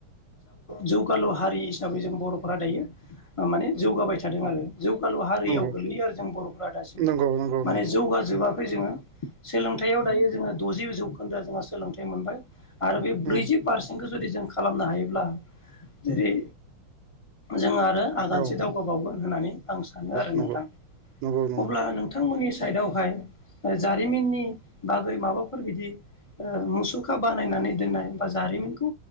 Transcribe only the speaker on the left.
जौगालु हारि हिसाबै जों बर'फोरा दायो माने जौगाबाय थादों आरो जौगालु हारियाव
गोलैयो आरो जों बर'फोरा दासिमबो
माने
जौगाजोबाखै जोङो सोलोंथायाव दायो जोङो दजि जौखोन्दोआ जोंहा सोलोंथाइ मोनबाय आरो बे
ब्रैजि पारसेन्ट बेफोरखौ जुदि जों खालामनो हायोब्ला जेरै जों आगानसे
दावगा बावगोन होननानै आं सानो आरो
नोंथां
अब्ला नोंथांमोननि साइडआवहाय जारिमिननि बागै माबाफोर बिदि मुसुखा बानायनानै दोननाय बा जारिमिनखौ